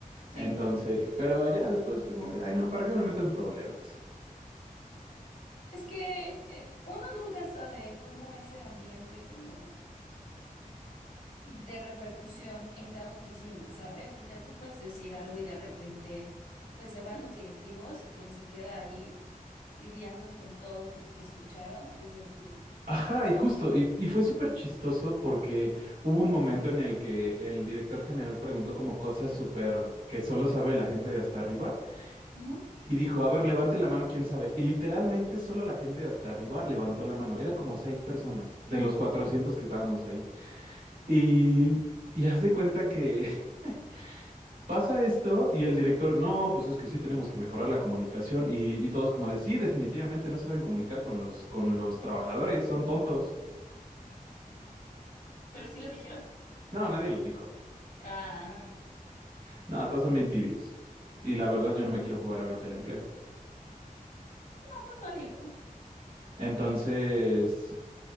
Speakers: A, on the left; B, on the right.
A: Sí,
B: Entonces, pero ya después fue como de, ay, no, ¿para qué me meto en problemas?
A: es que eh, uno nunca sabe cómo es el ambiente como de repercusión en cada oficina, ¿sabes? O sea, tú puedes decir algo y de repente pues se van los directivos y quien se queda ahí lidiando con todos los que escucharon, pues eres tú.
B: Ajá, y justo, y, y fue súper chistoso porque hubo un momento en el que el director general preguntó como cosas súper que solo sabe la gente de hasta arriba.
A: Ujú.
B: Y dijo, a ver, levante la mano, quién sabe. Y literalmente solo la gente de hasta arriba levantó la mano. Eran como seis personas de los 400 que estábamos ahí. Y, y haz de cuenta que <laughs> pasa esto y el director, no, pues es que sí tenemos que mejorar la comunicación. Y, y todos como de, sí, definitivamente no saben comunicar con los, con los trabajadores, son tontos.
A: pero sí lo dijeron.
B: No, nadie lo dijo.
A: Ah,
B: No, todos son bien tibios. Y la verdad yo no me quiero jugar ahorita el empleo.
A: muy válido.
B: Entonces,